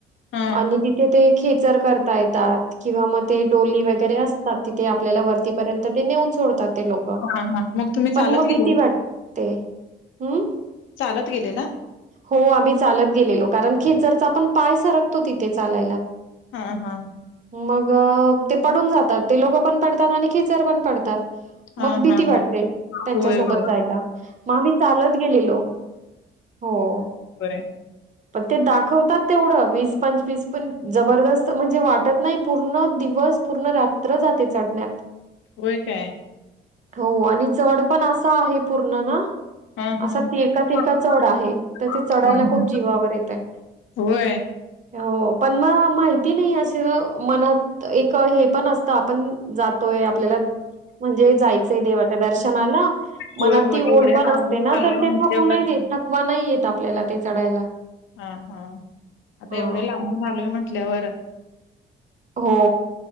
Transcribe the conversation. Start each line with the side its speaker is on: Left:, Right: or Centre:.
Left: हा
Right: आणि तिथे ते खेचर करता येतात किंवा मग ते डोली वगैरे असतात तिथे आपल्याला वरती पर्यंत ते नेऊन सोडतात ते लोक
Left: हा हा मग तुम्ही चालत
Right: पण मग
Left: गेलेला
Right: भीती वाटते हम्
Left: चालत गेलेला
Right: हो आम्ही चालत गेलेलो कारण ख जर आपण पाय सरकतो तिथे चालायला
Left: हा हा
Right: मग ते पडून जातात ते लोक पण पडतात आणि खिचर पण पडतात
Left: हा
Right: मग भीती
Left: हा
Right: वाटते त्यांच्यासोबत
Left: होय होय
Right: जायला मग आम्ही चालत गेलेलो हो.
Left: बर
Right: पण ते दाखवतात तेवढ वीस पंचवीस पण जबरदस्त म्हणजे वाटत नाही पूर्ण दिवस पूर्ण रात्र जाते चढण्यात
Left: होय काय
Right: हो आणि चढ पण असा आहे पूर्ण ना
Left: हा
Right: असा
Left: हा
Right: तिरका तिरका चढ आहे
Left: हा
Right: तर ते चढायला
Left: हा.
Right: खूप जीवावर येत आहे
Left: होय
Right: हो पण मग माहिती नाही असे मनात एक हे पण असतं आपण जात आपल्याला म्हणजे जायचंय देवाच्या दर्शनाला मनात
Left: होय होय
Right: ती ओढपण
Left: एवढ्या लांबून
Right: असते ना
Left: आलोय
Right: तर ते
Left: म्हटल्यावर
Right: थकूनही देत थकवा नाही येत आपल्याला ते चढायला
Left: हा हा आता
Right: हा
Left: एवढे लांब मालवे म्हटल्यावर
Right: हो